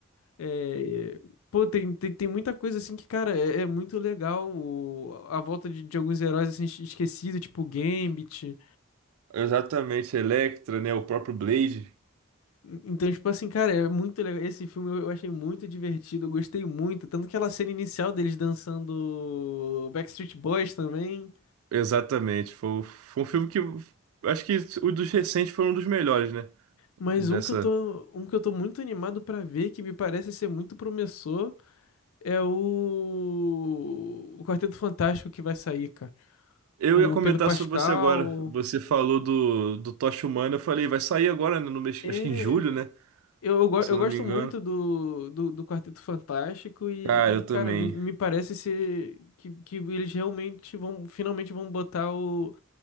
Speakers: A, on the left; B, on the right.
A: É, pô, tem, tem, tem muita coisa assim que, cara, é, é muito legal o- a volta de, de alguns heróis assim esquecidos, tipo Gambit.
B: Exatamente, Electra, né? O próprio Blade.
A: Então, tipo assim, cara, é muito legal. Esse filme eu eu achei muito divertido, eu gostei muito. Tanto aquela cena inicial deles dançando Backstreet Boys também.
B: Exatamente. Foi, foi um filme que. eu Acho que o dos recentes foi um dos melhores, né?
A: Mas
B: Dessa.
A: um que eu tô, um que eu tô muito animado pra ver, que me parece ser muito promissor, É o... o Quarteto Fantástico que vai sair, cara.
B: Eu
A: Com
B: ia comentar
A: o Pedro Pascal.
B: sobre você agora. Você falou do, do Tocha Humana. Eu falei, vai sair agora, né, no mês,
A: É...
B: acho que em julho, né?
A: Eu, eu, go-
B: Se
A: eu
B: eu
A: gosto
B: não me engano.
A: muito do, do, do Quarteto Fantástico e,
B: Cara, eu
A: e, cara,
B: também.
A: me, me parece ser que, que eles realmente vão, finalmente vão botar o,